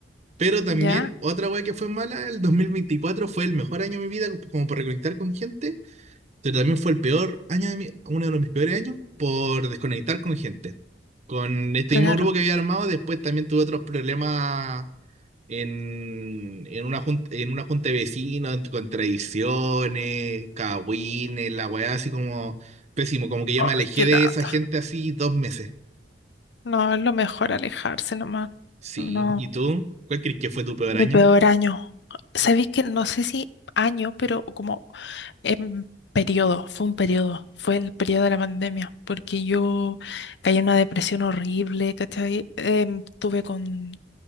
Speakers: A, on the right; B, on the left.
A: Pero también
B: ¿ya?
A: otra wea que fue mala, el 2024 fue el mejor año de mi vida como por reconectar con gente, pero también fue el peor año de mi, uno de mis peores años por desconectar con gente. Con este
B: Claro.
A: mismo grupo que había armado, después también tuve otros problemas en, en una junta, en una junta de vecinos, con tradiciones, cagüines, la weá así como pésimo, como que yo
B: Ay,
A: me alejé
B: qué
A: de
B: lata.
A: esa gente así dos meses.
B: No, es lo mejor alejarse nomás.
A: Sí,
B: No,
A: ¿y tú? ¿Cuál crees que fue tu peor
B: mi
A: año?
B: peor año. Sabéis que no sé si año, pero como en periodo, fue un periodo, fue el periodo de la pandemia, porque yo caí en una depresión horrible, ¿cachai? Em, tuve con,